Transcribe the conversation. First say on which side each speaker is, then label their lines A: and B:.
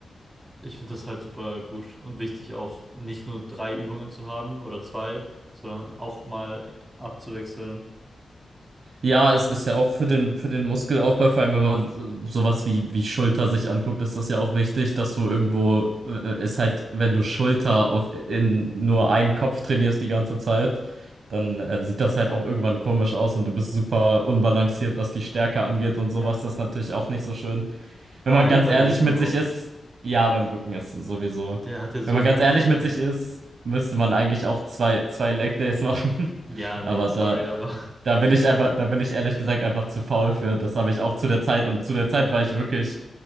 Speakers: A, on the right (about 25°); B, on the right (about 80°).
A: ich finde das halt super gut und wichtig auch nicht nur drei Übungen zu haben oder zwei, sondern auch mal abzuwechseln.
B: Ja, es ist ja auch für den, für den Muskelaufbau, vor allem wenn man so- sowas wie, wie Schulter sich anguckt, ist das ja auch wichtig, dass du irgendwo, äh, ist halt, wenn du Schulter auf, in nur einen Kopf trainierst die ganze Zeit, dann äh, sieht das halt auch irgendwann komisch aus und du bist super unbalanciert, was die Stärke angeht und sowas.
A: Ja.
B: Das ist natürlich auch nicht so schön. Wenn
A: Vor
B: man
A: allem
B: ganz
A: beim
B: ehrlich
A: Rücken
B: mit
A: auch.
B: sich ist, ja, beim Brücken ist es sowieso.
A: Der hat ja so
B: Wenn man
A: viele
B: ganz ehrlich
A: Muskeln.
B: mit sich ist, müsste man eigentlich auch zwei, zwei Leg Days machen.
A: Ja,
B: <laughs>
A: nee,
B: Aber
A: sorry,
B: da.
A: aber
B: Da bin ich einfach, da bin ich ehrlich gesagt einfach zu faul für. Das habe ich auch zu der Zeit. Und zu der Zeit war ich wirklich